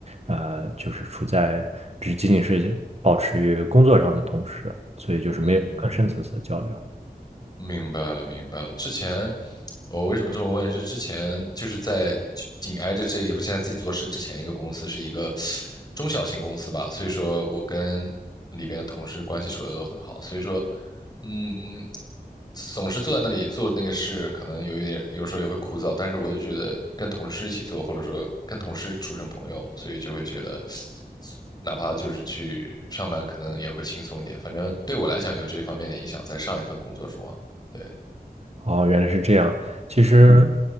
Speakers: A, on the right (about 40°); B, on the left (about 25°).
A: 呃就是处在只仅仅是保持于工作上的同时，所以就是没有更深层次的交流。
B: 嗯明白了，明白了。之前我为什么这么问？是之前就是在就紧挨着这一，我现在自己做事之前一个公司是一个中小型公司吧，所以说我跟里边的同事关系处的都很好，所以说，嗯，总是坐在那里做那个事，可能有一点，有时候也会枯燥，但是我就觉得跟同事一起做，或者说跟同事处成朋友，所以就会觉得。哪怕就是去上班，可能也会轻松一点。反正对我来讲，有这方面的影响，在上一份工作中啊。对，
A: 哦，原来是这样。其嗯实，
B: 嗯，